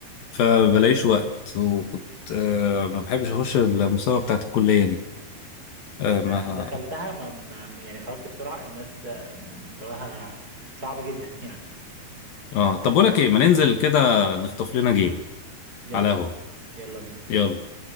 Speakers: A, on the left (about 65°); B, on the right (about 20°).
A: فبلاقيش وقت وكنت آه، ما بحبش اخش المسابقه بتاعت الكليه دي آه، ما
B: آه، دخلتها ما ما- ما- يعني خرجت بسرعه الناس آه، مستواها صعب جدا <laughs> يعني
A: اه طب بقول لك ايه ما ننزل كده نخطف لنا جيم
B: يلا
A: على قهوه
B: يلا بينا
A: يلا